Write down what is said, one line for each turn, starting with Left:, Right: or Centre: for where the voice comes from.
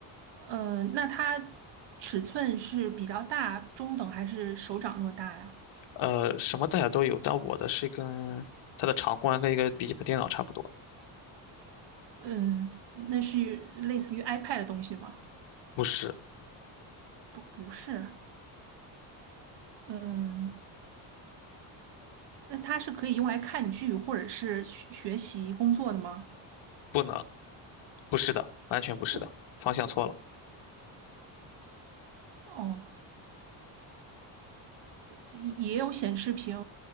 Right: 呃，那它尺寸是比较大、中等还是手掌那么大呀？
Left: 呃，什么大小都有，但我的是跟它的长宽跟一个笔记本电脑差不多，
Right: 嗯，那是类似于 iPad 的东西吗？
Left: 不是，
Right: 不，不是。嗯。那它是可以用来看剧或者是学学习工作的吗？
Left: 不能，不是的，完全不是的，
Right: 不，
Left: 方向错了。
Right: 哦，也也有显示屏，